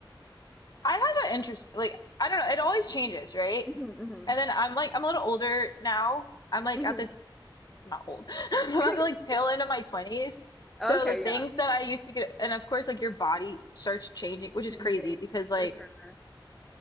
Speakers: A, on the left (about 50°); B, in the centre.
A: I have an interest like I don't know, it always changes, right?
B: hmm hmm
A: And then I'm like I'm a little older now. I'm like
B: hmm
A: at the I'm not old. <laughs> I'm
B: <laughs>
A: at the like tail end of my 20s.
B: Okay,
A: So the things
B: yeah.
A: that I used to get, and of course, like your body starts changing, which is
B: Changing,
A: crazy because like
B: for sure.